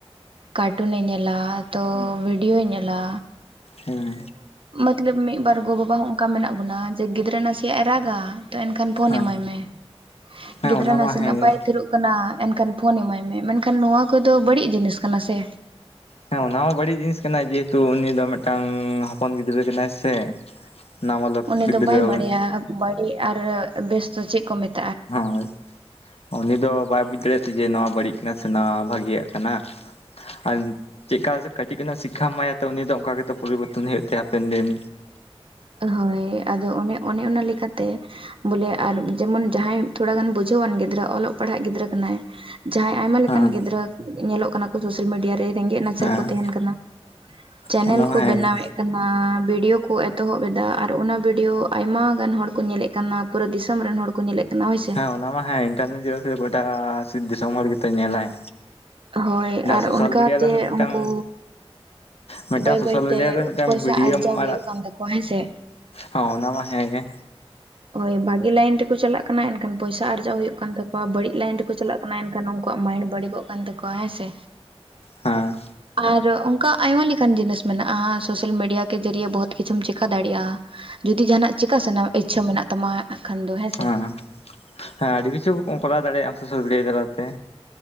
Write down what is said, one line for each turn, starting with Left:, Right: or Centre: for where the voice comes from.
Right: ᱠᱟᱴᱩᱱᱮ ᱧᱮᱞᱟ ᱛᱚ ᱵᱷᱤᱰᱤᱭᱳᱭ ᱧᱮᱞᱟ᱾
Left: ᱦᱩᱸ
Right: ᱢᱚᱛᱞᱚᱵᱽ ᱢᱤᱜ ᱵᱟᱨ ᱜᱚ ᱵᱟᱵᱟ ᱦᱚᱸᱚᱝᱠᱟ ᱢᱮᱱᱟᱜ ᱵᱚᱱᱟ ᱡᱮ ᱜᱤᱫᱽᱨᱟᱹ ᱱᱟᱥᱮᱭᱟᱜ ᱮ ᱨᱟᱜᱟ᱾ ᱛᱚ ᱮᱱᱠᱷᱟᱱ ᱯᱷᱳᱱ
Left: ᱦᱮᱸ
Right: ᱮᱢᱟᱭ ᱢᱮ᱾
Left: ᱦᱮᱸ
Right: ᱜᱤᱫᱽᱨᱟᱹ
Left: ᱚᱱᱟ ᱢᱟ
Right: ᱱᱟᱥᱮᱱᱟᱜ
Left: ᱦᱮᱸᱜᱮ
Right: ᱵᱟᱭ ᱛᱷᱤᱨᱚᱜ ᱠᱟᱱᱟ᱾ ᱮᱱᱠᱷᱟᱱ ᱯᱷᱳᱱ ᱮᱢᱟᱭ ᱢᱮ᱾ ᱢᱮᱱᱠᱷᱟᱱ ᱱᱚᱣᱟ ᱠᱚᱫᱚ ᱵᱟᱹᱲᱤᱡ ᱡᱤᱱᱤᱥ ᱠᱟᱱᱟ ᱥᱮ᱾
Left: ᱦᱮᱸ ᱚᱱᱟ ᱢᱟ ᱵᱟᱹᱲᱤᱡ ᱡᱤᱱᱤᱥ ᱠᱟᱱᱟᱭ᱾ ᱡᱮᱦᱮᱛᱩ ᱩᱱᱤ ᱫᱚ ᱢᱤᱫᱴᱟᱝ ᱦᱚᱯᱚᱱ ᱜᱤᱫᱽᱨᱟᱹ ᱠᱟᱱᱟᱭ ᱥᱮ᱾ ᱱᱟᱵᱟᱞᱚᱠ <unintelligible>
Right: ᱩᱱᱤ ᱫᱚ ᱵᱟᱭ ᱵᱟᱲᱟᱭᱟ ᱵᱟᱹᱲᱤᱡ ᱟᱨ ᱵᱮᱥ ᱫᱚ ᱪᱮᱫ ᱠᱚ ᱢᱮᱛ
Left: ᱦᱳᱭ ᱩᱱᱤ ᱫᱚ ᱵᱟᱭ ᱵᱩᱡᱽ ᱫᱟᱲᱮᱭᱟᱜ ᱛᱮ ᱡᱮ ᱱᱚᱣᱟ ᱵᱟᱹᱲᱤᱡ ᱠᱟᱱᱟ ᱥᱮ ᱱᱚᱣᱟ ᱵᱷᱟᱜᱤᱭᱟᱜ ᱠᱟᱱᱟ᱾ ᱟᱨ ᱪᱮᱜᱠᱟ ᱠᱟᱹᱴᱤᱡ ᱠᱷᱚᱱᱟᱜ ᱥᱤᱠᱷᱟᱢ ᱮᱢᱟᱭᱟ᱾ ᱛᱚ ᱩᱱᱤ ᱫᱚ ᱚᱱᱠᱟ ᱜᱮᱛᱚ ᱯᱚᱨᱤᱵᱚᱨᱛᱚᱱ ᱦᱩᱭᱩᱜ ᱛᱟᱭᱟ ᱦᱟᱯᱮᱱ ᱫᱤᱱ᱾
Right: ᱦᱳᱭ ᱟᱫᱚ ᱚᱱᱮ ᱚᱱᱮ ᱚᱱᱟ ᱞᱮᱠᱟᱛᱮ ᱵᱚᱞᱮ ᱟᱨ ᱡᱮᱢᱚᱱ ᱡᱟᱦᱟᱸᱭ ᱛᱷᱚᱲᱟ ᱜᱟᱱ ᱵᱩᱡᱷᱟᱹᱣᱟᱱ ᱜᱤᱫᱽᱨᱟᱹ ᱚᱞᱚᱜ ᱯᱟᱲᱦᱟᱜ ᱜᱤᱫᱽᱨᱟᱹ ᱠᱟᱱᱟᱭ ᱡᱟᱦᱟᱸᱭ ᱟᱭᱢᱟ ᱞᱮᱠᱟᱱ
Left: ᱦᱮᱸ
Right: ᱜᱤᱫᱽᱨᱟᱹ ᱧᱮᱞᱚᱜ ᱠᱟᱱᱟ ᱠᱚ ᱥᱳᱥᱟᱞ ᱢᱤᱰᱤᱭᱟ ᱨᱮ ᱨᱮᱸᱜᱮᱜ ᱱᱟᱪᱟᱨ
Left: ᱦᱮᱸ
Right: ᱠᱚ ᱛᱟᱦᱮᱱ ᱠᱟᱱᱟ᱾ ᱪᱮᱱᱮᱞ
Left: ᱚᱱᱟ ᱢᱟ
Right: ᱠᱚ
Left: ᱦᱮᱸ
Right: ᱵᱮᱱᱟᱣᱮᱜ
Left: ᱜᱮ
Right: ᱠᱟᱱᱟ ᱵᱤᱰᱤᱭᱳ ᱠᱚ ᱮᱛᱚᱦᱚᱵ ᱮᱫᱟ ᱟᱨ ᱚᱱᱟ ᱵᱷᱤᱰᱭᱳ ᱟᱭᱢᱟ ᱜᱟᱱ ᱦᱚᱲ ᱠᱚ ᱧᱮᱞᱮᱜ ᱠᱟᱱᱟ᱾ ᱯᱩᱨᱟᱹ ᱫᱤᱥᱚᱢ ᱨᱮᱱ ᱦᱚᱲ ᱠᱚ ᱧᱮᱞᱮᱜ ᱠᱟᱱᱟ ᱦᱳᱭ ᱥᱮ
Left: ᱦᱮᱸ ᱚᱱᱟ ᱦᱚ ᱦᱮᱸ ᱤᱱᱴᱟᱨᱱᱮᱴ <unintelligible> ᱜᱚᱴᱟ ᱫᱤᱥᱚᱢ ᱦᱚᱲ ᱜᱮᱛᱚᱭ ᱧᱮᱞᱟᱭ᱾
Right: ᱦᱳᱭ ᱟᱨ
Left: ᱥᱳᱥᱟᱞ
Right: ᱚᱱᱠᱟᱛᱮ
Left: ᱢᱤᱰᱤᱭᱟ ᱫᱚ ᱢᱤᱫᱴᱟᱱ
Right: ᱩᱱᱠᱩ
Left: ᱢᱤᱫᱴᱟᱝ
Right: ᱵᱟᱹᱭ
Left: ᱥᱳᱥᱟᱞ
Right: ᱵᱟᱹᱭᱛᱮ
Left: ᱢᱤᱰᱤᱭᱟ ᱨᱮ ᱢᱤᱫᱴᱟᱝ
Right: ᱯᱚᱭᱥᱟ
Left: ᱵᱷᱤᱰᱭᱳᱢ
Right: ᱟᱨᱡᱟᱣ ᱦᱩᱭᱩᱜ
Left: ᱟᱲᱟᱜ
Right: ᱠᱟᱱ ᱛᱟᱠᱚᱣᱟ ᱦᱮᱸᱥᱮ
Left: ᱦᱚᱸ ᱚᱱᱟᱢᱟ ᱦᱮᱸᱜᱮ
Right: ᱦᱳᱭ ᱵᱷᱟᱹᱜᱤ ᱞᱟᱭᱤᱱ ᱨᱮᱠᱚ ᱪᱟᱞᱟᱜ ᱠᱟᱱᱟ᱾ ᱮᱱᱠᱷᱟᱱ ᱯᱚᱭᱥᱟ ᱟᱨᱡᱟᱣ ᱦᱩᱭᱩᱜ ᱠᱟᱱ ᱛᱟᱠᱚᱣᱟ᱾ ᱵᱟᱹᱲᱤᱡ ᱞᱟᱭᱤᱱ ᱨᱮᱠᱚ ᱪᱟᱞᱟᱜ ᱚᱱᱟ ᱮᱱᱠᱷᱟᱱ ᱩᱱᱠᱩᱣᱟᱜ ᱢᱟᱭᱤᱱᱰ ᱵᱟᱹᱲᱤᱜᱚᱜ ᱠᱟᱱ ᱛᱟᱠᱚᱣᱟ ᱦᱮᱸ ᱥᱮ᱾
Left: ᱦᱮᱸ
Right: ᱟᱨ ᱚᱱᱠᱟ ᱟᱭᱢᱟ ᱞᱮᱠᱟᱱ ᱡᱤᱱᱤᱥ ᱢᱮᱱᱟᱜᱼᱟ᱾ ᱥᱳᱥᱟᱞ ᱢᱤᱰᱤᱭᱟ ᱠᱮ ᱡᱟᱹᱨᱤᱭᱮ ᱵᱚᱦᱩᱛ ᱠᱤᱪᱷᱩᱢ ᱪᱮᱠᱟ ᱫᱟᱲᱮᱜᱼᱟ᱾ ᱡᱩᱫᱤ ᱡᱟᱦᱟᱸᱱᱟᱜ ᱪᱤᱠᱟ ᱥᱟᱱᱟ ᱤᱪᱪᱷᱟᱹ ᱢᱮᱱᱟᱜ ᱛᱟᱢᱟ ᱠᱷᱟᱱ ᱫᱚ ᱦᱮᱸᱥᱮ᱾
Left: ᱦᱮᱸ ᱦᱮᱸ ᱟᱹᱰᱤ ᱠᱤᱪᱷᱩᱢ ᱠᱚᱨᱟᱣ ᱫᱟᱲᱮᱭᱟᱜᱼᱟ᱾ ᱟᱢ ᱥᱳᱥᱟᱞ ᱢᱤᱰᱤᱭᱟ ᱪᱟᱞᱟᱛᱮ